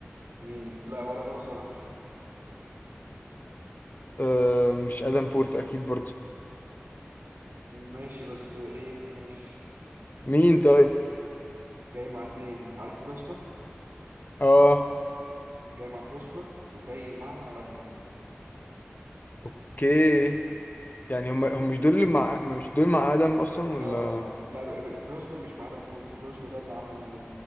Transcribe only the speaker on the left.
آه مش ادم بورت اكيد برضو
مين طيب
اه
اوكي يعني هم هم مش دول اللي مع ما مش دول مع ادم اصلا ولا